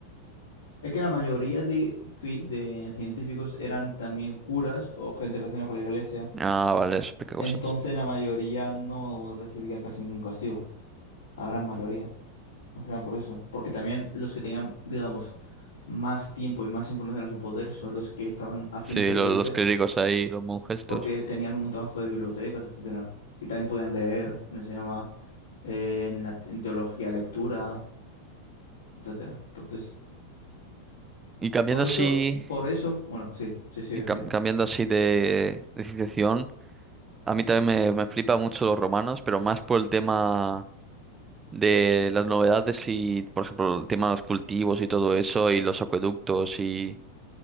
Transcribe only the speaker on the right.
Ah, vale, eso explica cosas.
Sí,
lo-
los clérigos ahí, los monjes, estos.
Y cambiando
así,
y cam-
cambiando así de, de civilización. A mí también me, me flipa mucho los romanos, pero más por el tema de las novedades y, por ejemplo, el tema de los cultivos y todo eso, y los acueductos y,